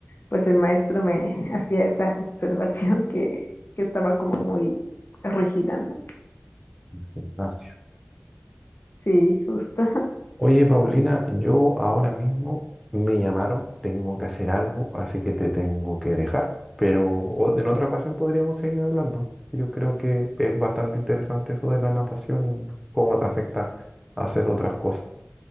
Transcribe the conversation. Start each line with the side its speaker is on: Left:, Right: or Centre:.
Left: pues el maestro me <laughs> hacía esa observación que, que estaba como muy rígida, ¿no?
Centre: Gimnasio.
Left: Sí, justo. <laughs>
Centre: Oye, Paulina, yo ahora mismo me llamaron, tengo que hacer algo, así que te tengo que dejar, pero o- en otra ocasión podríamos seguir hablando. Yo creo que es bastante interesante eso de la natación y cómo te afecta hacer otras cosas.